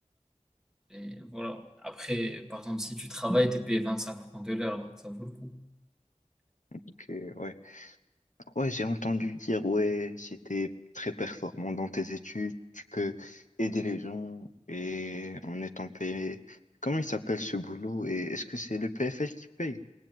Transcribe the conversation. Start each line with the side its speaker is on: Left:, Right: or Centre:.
Centre: Et voilà. Après, par exemple, si tu travailles, t'es payé 25 francs de l'heure, donc ça vaut le coup.
Left: Ok, ouais. Ouais, j'ai entendu dire, ouais, si t'es très performant dans tes études, tu peux aider les gens et en étant payé. Comment il s'appelle ce boulot et est-ce que c'est le PFL qui paye?